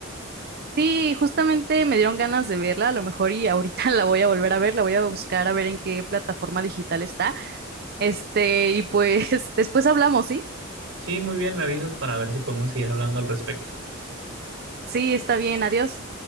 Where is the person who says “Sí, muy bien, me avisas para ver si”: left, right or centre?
Right